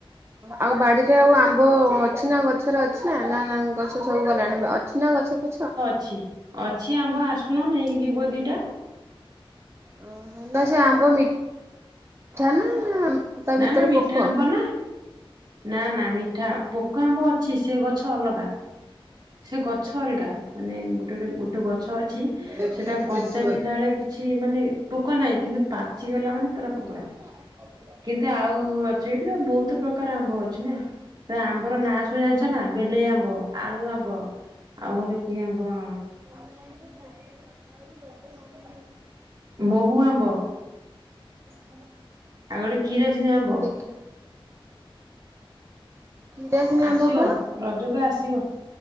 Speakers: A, on the right; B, on the right.
A: ଆଉ ବାଡିରେ ଆଉ ଆମ୍ବ ଅଛି ନା ଗଛରେ ଅଛି ନା ନା ନାଁଇ। ଗଛ ସବୁ ଗଲାଣି ଅଛି ନା ଗଛ ପଛ।
B: ଅଛି ଅଛି ଆମ୍ବ ଆସୁନ ନେଇକି ଯିବ ଦିଟା।
A: ଓହୋ ସେ ଆମ୍ବ ମି ମିଠା ନା। ତା ଭିତରେ
B: ନା ନା ମିଠା
A: ପୋକ? ହୁଁ
B: ଆମ୍ବ ନା। ନା ନା ମିଠା ପୋକ ଆମ୍ବ ଅଛି ସେ ଗଛ ଅଲଗା। ସେ ଗଛ ଅଲଗା ମାନେ ଗୋଟେ ଗୋଟେ ଗୋଟେ ଗଛ ଅଛି।
A: ହୁଁ
B: ସେଟା କଞ୍ଚା ଥିଲାବେଳେ କିଛି ମାନେ ପୋକ ନାହିଁ କିନ୍ତୁ ପାଚିଗଲା ମାନେ ପୁରା ପୋକୁରା।
A: ଆ <unintelligible>
B: କିତେ ଆଉ ଅଛି ଏଠି ତ ବହୁତ ପ୍ରକାର ଆମ୍ବ ଅଛି ନା। ତ ଆମ୍ବର ନା ସବୁ ଜାଣିଛ ନା ବେଲେଇ ଆମ୍ବ, ଆଳୁ, ଆମ୍ବ। ହବ ଆଉ ଗୋଟେ କିଏ ହବ।
A: ବଠ ଗା କଥାଛି ଗୋଟେ କ
B: ମହୁ ଆମ୍ବ
A: ହୁଁ।
B: ଆଉ ଗୋଟେ କିରାସିନୀ ଆମ୍ବ
A: ହଉ ଦେଖା। କିରାସିନି
B: ଆସିବ
A: ଆମ୍ବ କଣ?
B: ରଜକୁ ଆସିବ